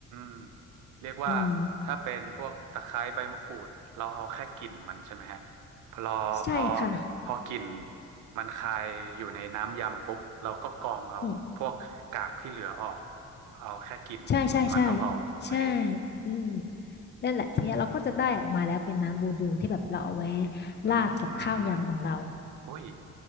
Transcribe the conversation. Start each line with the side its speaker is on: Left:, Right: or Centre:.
Right: มเรียกว่า
Left: อืม
Right: ถ้าเป็นพวกตะไคร้ใบมะกรูดเราเอาแค่กลิ่นมันใช่ไหมฮะพอพอ
Left: ใช่ค่ะ
Right: พอกลิ่นมันคายอยู่ในน้ำยำปุ๊บเราก็กรองเอาพวกกากที่เหลือออก
Left: อืม
Right: เอาแค่กลิ่นของมันก็พอโอเค
Left: ใช่ใช่ใช่ใช่อืมนั่นแหละทีเนี้ยเราก็จะได้ออกมาแล้วเป็นน้ำบูดูที่แบบเราเอาไว้
Right: อืม
Left: ราดกับข้าวยำของเรา
Right: โอ้ย